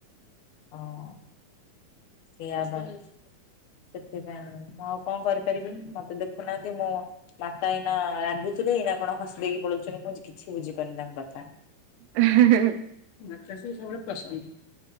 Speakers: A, on the left; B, on the right.
A: ହଁ ସେଇଆ ବା। ସେଥିପାଇଁ ମୁଁ ଆଉ କଣ କରିପାରିବି? ମତେ ଦେଖୁନାହାଁନ୍ତି ମୁଁ ମାତା ଏଇନା ରାଗୁଥିବେ ଏଇନା କଣ ହସି ଦେଇକି ପଳଉଛନ୍ତି ମୁଁ କିଛି ବୁଝିପାରୁନି ତାଙ୍କ କଥା।
B: ହେଁ ହେଁ ହେଁ।
A: ମାତାଶ୍ରୀ ସବୁବେଳେ ପ୍ରସନ୍ନ।